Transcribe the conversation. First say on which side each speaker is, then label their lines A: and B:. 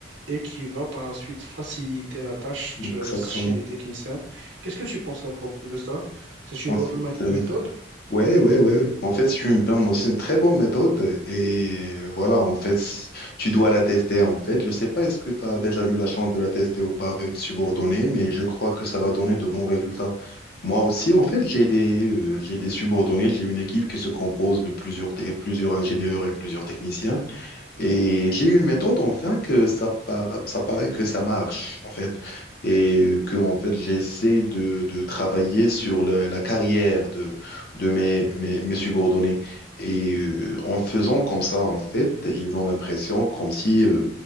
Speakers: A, on the right (about 70°); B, on the left (about 50°).
A: et qui va par la suite faciliter la tâche
B: Exactement.
A: euh, chez les techniciens. Qu'est-ce que tu penses à propos de ça? C'est une
B: Ensuite,
A: bonne ma- méthode?
B: Ouais, ouais, ouais. ouais. En fait, si tu me permets, c'est une très bonne méthode. Et voilà, en fait, si- tu dois la tester, en fait. Je sais pas est-ce que tu as déjà eu la chance de la tester ou pas avec tes subordonnés, mais je crois que ça va donner de bons résultats. Moi aussi, en fait, j'ai des, euh, j'ai des subordonnés, j'ai une équipe qui se compose de plusieurs, t- plusieurs ingénieurs et plusieurs techniciens. Et j'ai une méthode, enfin, que ça, par- ça paraît que ça marche, en fait. Et que, en fait, j'essaie de, de travailler sur la, la carrière de, de mes, mes, mes subordonnés. Et euh, en faisant comme ça, en fait, ils ont l'impression comme si, euh,